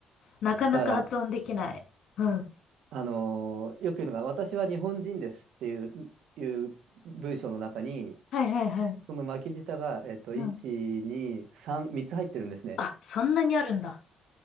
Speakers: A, on the left; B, on the right.
A: なかなか発音できない。
B: だから、
A: うん。
B: あのーよく言うのが、私は日本人ですっていう、いう文章の中に、
A: はいはいはい。
B: その巻き舌が、えっと、1、
A: うん。
B: 2、3、3つ入ってるんですね。
A: あ、そんなにあるんだ。